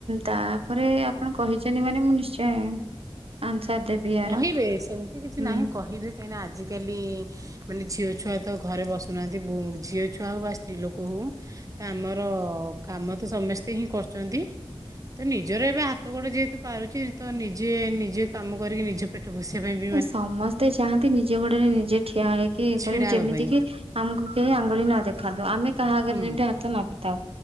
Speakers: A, on the right; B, on the right.
A: ତାପରେ ଆପଣ କହିଛନ୍ତି ମାନେ ମୁଁ ନିଶ୍ଚୟ ଆନ୍ସର ଦେବି। ୟାର
B: କହିବେ ସେମିତି କିଛି
A: ହୁଁ।
B: ନାହିଁ କହିବେ କାହିଁକିନା ଆଜିକାଲି ମାନେ ଝିଅ ଛୁଆ ତ ଘରେ ବସୁନାହାନ୍ତି ବୁ ଝିଅ ଛୁଆ ହଉ ବା ସ୍ତ୍ରୀ ଲୋକ ହଉ। ତ ଆମର କାମ ତ ସମସ୍ତେ ହିଁ କରୁଛନ୍ତି। ତ ନିଜର ଏବେ ହାତ ଗୋଡ ଯେହେତୁ ପାରୁଛି ତ ନିଜେ ନିଜେ କାମ କରିକି ନିଜ ପେଟ ବସିବା ପାଇଁବି
A: ସମସ୍ତେ ଚାହାନ୍ତି ନିଜ ଗୋଡରେ ନିଜେ ଠିଆ ହେଇକି ଇଏ
B: ଛିଡା
A: କରିବେ।
B: ହେବା
A: ଯେମିତି
B: ପାଇଁ
A: କିି ଆମକୁ କେହି ଆଙ୍ଗୁଳି ନ ଦେଖାନ୍ତୁ। ଆମେ କାହା ଆଗରେ
B: ହୁଁ
A: ଯେମିତି ହାତ ନ ପ ତାଉ।